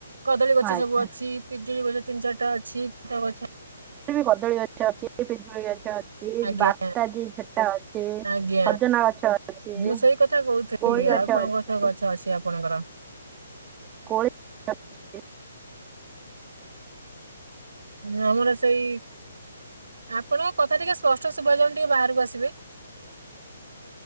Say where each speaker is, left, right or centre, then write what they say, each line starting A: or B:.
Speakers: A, on the right; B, on the right.
A: କଦଳୀ ଗଛ
B: ଆଜ୍ଞା
A: ସବୁ ଅଛି ପିଜୁଳି ଗଛ ତିନି ଚାରିଟା ଅଛି ଫ ଗଛ
B: ବି କଦଳୀ ଗଛ ଅଛି ପିଜୁଳି ଗଛ ଅଛି
A: ଆଜ୍ଞା
B: ବାତାଜି ସେଛଟା ଅଛି ଅଛି
A: ଆଜ୍ଞା
B: ସଜନା ଗଛ ଅଛି
A: ମୁଁ ସେଇ କଥା କହୁଥିଲି
B: କଳି ଗଛ
A: ଆଉ କଣ
B: ଅଛି
A: କଣ ସବୁ ଗଛ ଅଛି ଆପଣଙ୍କର?
B: କୋଳି ଗଛ ଅଛି
A: ହଁ ଆମର ସେଇ ଆପଣଙ୍କ କଥା ଟିକେ ସ୍ପଷ୍ଟ ଶଭଜଣ ଟିକେ ବାହ ଆସିବେ।